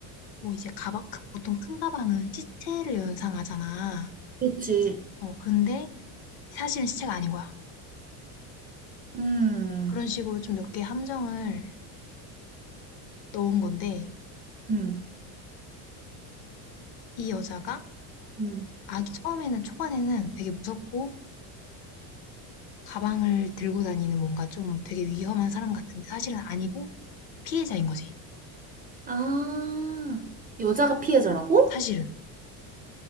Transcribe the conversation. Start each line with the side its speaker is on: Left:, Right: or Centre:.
Left: 뭐 이제 가방, 크- 보통 큰 가방은 시체를 연상하잖아.
Right: 그렇지.
Left: 어, 근데 사실은 시체가 아닌 거야.
Right: 음,
Left: 그런 식으로 좀 몇 개 함정을 넣은 건데,
Right: 음,
Left: 이 여자가
Right: 음.
Left: 아기 처음에는 초반에는 되게 무섭고, 가방을 들고 다니는 뭔가 좀 되게 위험한 사람 같은데 사실은 아니고 피해자인 거지.
Right: 아, 여자가 피해자라고?
Left: 사실은.